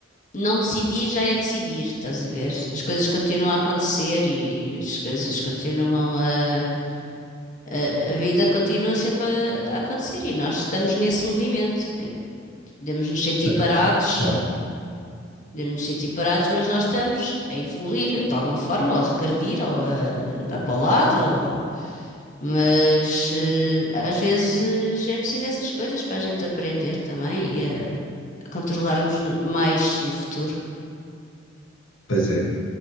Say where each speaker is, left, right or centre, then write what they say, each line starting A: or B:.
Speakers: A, on the left; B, on the left.
A: não decidir já é decidir, estás a ver? As coisas continuam a acontecer e as coisas continuam a. A, a vida continua sempre a, a acontecer e nós estamos nesse movimento. Podemos nos
B: Portanto,
A: sentir parados,
B: Claro,
A: podemos nos sentir parados, mas nós estamos a evoluir de alguma forma, ou a regredir, ou a andar para o lado, ou Mas eh, às vezes é preciso essas coisas para a gente aprender também e a, a controlarmos no- mais no futuro.
B: pois é,